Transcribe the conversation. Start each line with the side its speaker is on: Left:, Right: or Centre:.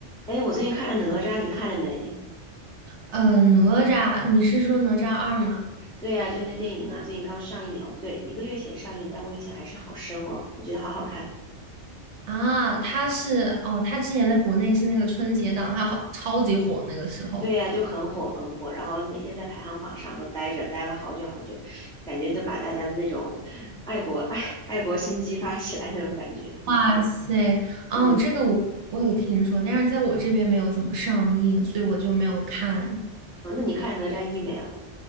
Centre: 哎，我最近看了《哪吒》，你看了没？
Right: 呃，哪吒，你是说哪吒二吗？
Centre: 对呀、就那电影啊，最近刚上映哦，不对，一个月前上映，但我印象还是好深哦，我觉得好好看。
Right: 啊，他是哦，他之前在国内是那个春节档，他好超级火那个时候。
Centre: 对呀、就很火很火，然后每天在排行榜上都待着，待了好久好久，感觉就把大家的那种爱国 <laughs> 爱爱国心激发起来那种感觉。
Right: 哇塞，哦，
Centre: 嗯，
Right: 这个我我有听说，但是在我这边没有怎么上映，所以我就没有看。
Centre: 哦，那你看了《哪吒一》没有？